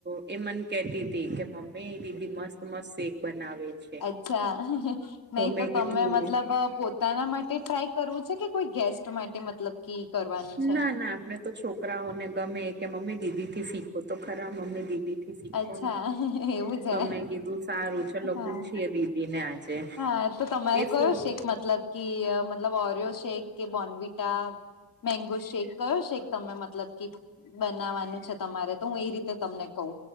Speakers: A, on the right (about 30°); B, on the left (about 65°).
A: એ મને કેતી તી, કે મમ્મી દીદી મસ્ત મસ્ત શેક બનાવે છે.
B: અચ્છા, નહી
A: મેં
B: તો
A: કીધું
B: તમે મતલબ પોતાના- -તારા માટે ટ્રાય કરવું છે, કે, કોઈ ગેસ્ટ માટે મતલબ? કી કરવાનું. છે
A: ના ના, આપણે તો છોકરાઓને ગમે, કે, મમ્મી દીદી થી શીખો તો ખરા મમ્મી દીદી- -શીખો
B: અચ્છા એવું
A: તો
B: છે
A: મેમે કીધું સારું ચલો
B: હા
A: પૂછીયે દીદી ને આજે-
B: હા, તો તમારે
A: એ શું
B: કયો શેક, મતલબ કે મતલબ ઓરિયો શેક કે બોનવિટા- -મેંગો શેક કયો શેક તમે મતલબ કે- -બનાવાનું છે. તમારે તો હું એ રીતે તમને કહું.